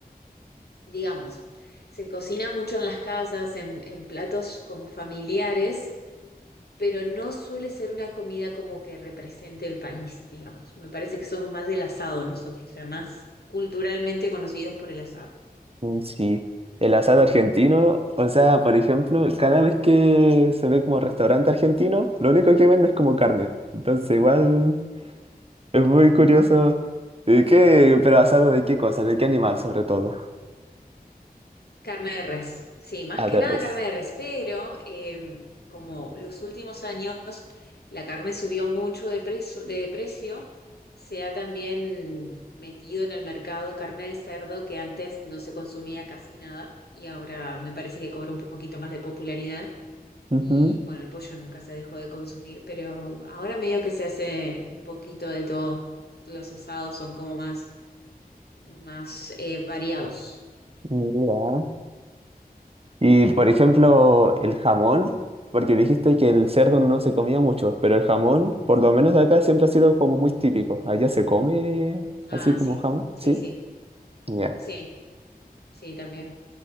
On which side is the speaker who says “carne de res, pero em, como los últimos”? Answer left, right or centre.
Left